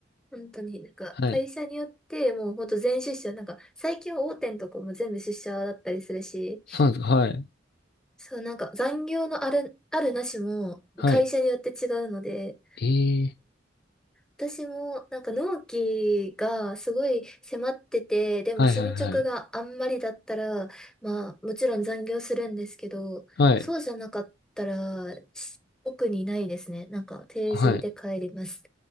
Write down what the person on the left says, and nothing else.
はい。
そうなんですか。はい。
はい。ええ
はいはいはいはい。
はい。
はい。